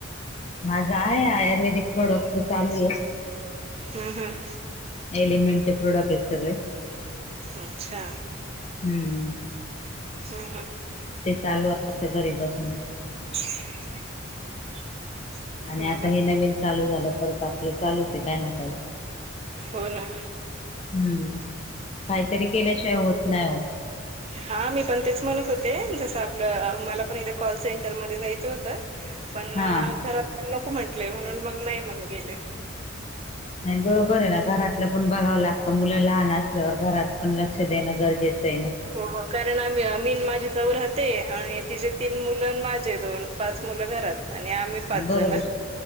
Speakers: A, on the left; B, on the right.
A: माझा आहे, आयुर्वेदिक प्रोडक्ट चालू आहे.
B: हं, हं.
A: एलिमेंटसचे, प्रॉडक्ट आहे सगळे.
B: अच्छा,
A: हम्म
B: हम्, हम्,
A: ते, चालू असत घरी बसून,
B: <inaudible>
A: आणि, आता
B: हं.
A: हे नवीन चालू झालं, परत आपलं चालूच आहे, काय ना काय,
B: हो, ना,
A: हम्म, काहीतरी केल्याशिवाय, होत नाही हो,
B: हा, मी पण तेच म्हणत होते, जसं आपलं, मला पण इथे, कॉल सेंटरमध्ये जायचं होतं. पण,
A: हा
B: घरात नको म्हंटलंय, म्हणून मग नाही मग गेले.
A: नाही, बरोबर आहे ना, घरातलं पण बघावं लागतं. मुलं लहान असल्यावर घरात पण लक्ष देणं, गरजेचं आहे ना.
B: हो, मग कारण आम, मी आणि माझी जाऊ राहते, आणि तिचेे तीन मुलं, माझे दोन पाच मुलं घरात. आणि, आम्ही पाच
A: बरोबर,
B: जण